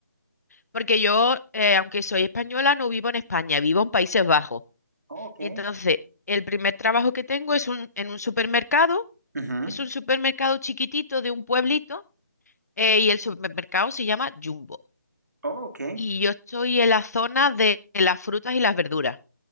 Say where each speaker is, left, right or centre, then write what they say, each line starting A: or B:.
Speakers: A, on the left; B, on the right.
A: porque yo, eh, aunque soy española, no vivo en España, vivo en Países Bajos.
B: Oh, ok.
A: Y entonces, el primer trabajo que tengo es un, en un supermercado,
B: Ujú.
A: es un supermercado chiquitito de un pueblito, eh, y el supermercado se llama Jumbo.
B: Oh, ok.
A: Y yo estoy en la zona de las frutas y las verduras.